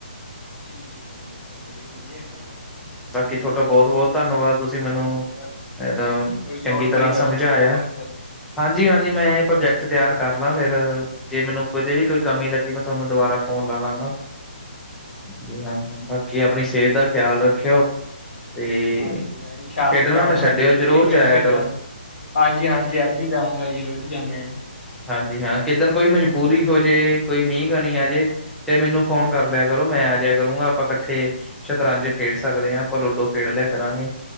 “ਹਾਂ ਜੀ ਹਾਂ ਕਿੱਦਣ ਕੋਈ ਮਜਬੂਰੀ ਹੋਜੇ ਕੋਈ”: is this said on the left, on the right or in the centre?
Centre